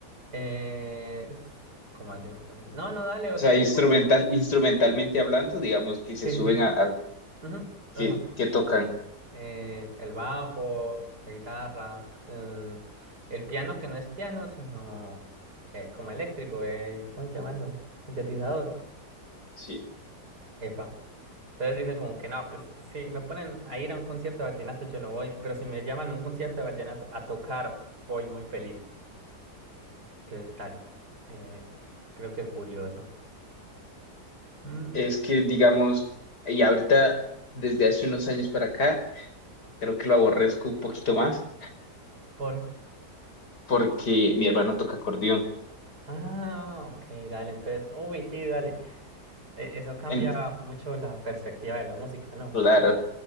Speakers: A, on the right (about 70°); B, on the left (about 70°).
A: Eh, es- ¿cómo así? No, no, dale, o
B: O sea,
A: sea,
B: instrumental,
A: tipo.
B: instrumentalmente hablando, digamos que se
A: Sí,
B: suben
A: sí, sí.
B: a, a
A: Ujú,
B: que,
A: ajá.
B: que tocan.
A: eh, el bajo, la guitarra, eh, el piano que no es piano, sino eh, como eléctrico, eh, ¿cómo se llama eso? Sintetizador.
B: Sí,
A: Epa. Entonces dicen como que no, pues si me ponen a ir a un concierto de vallenato yo no voy, pero si me llaman a un concierto de vallenato a tocar, voy muy feliz. Entonces tal, eh, creo que es curioso. Mm,
B: es que digamos, y ahorita desde hace unos años para acá, creo que lo aborrezco un poquito más
A: por...
B: porque mi hermano toca acordeón.
A: Ah, ok, dale, entonces, uy, sí, dale. E- Eso cambia
B: En-
A: mucho la perspectiva de la música, ¿no?
B: claro,